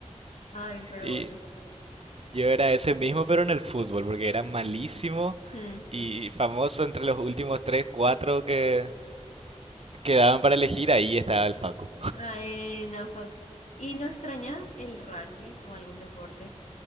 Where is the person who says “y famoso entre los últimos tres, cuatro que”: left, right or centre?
Right